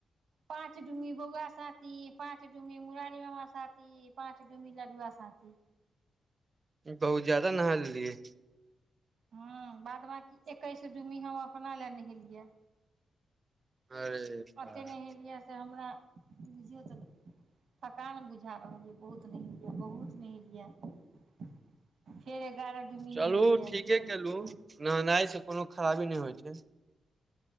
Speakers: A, on the right (about 65°); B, on the right (about 30°).
A: पाँच डुमी बौआ साथी पाँच डुमी मुुरारी मामा साथी पाँच डूमी लडुआ साथी
B: बहुत ज्यादा नहा लेलियै
A: हँ बाद बाकी एकैस डुमी हम अपना लए नहेलियै
B: अरे बाप
A: अते नहेलियै से हमरा बुझियौ तऽ थकान बुझा रहल यऽ बहुत नहेलिए यऽ बहुत नहेलिए यऽ फेर एगारह डूमी
B: चलू
A: नेहेेलिया
B: ठीके
A: छुटल
B: केलु
A: फुटल
B: नहेनाइ सँ कोनो खराबी नहि होइ छै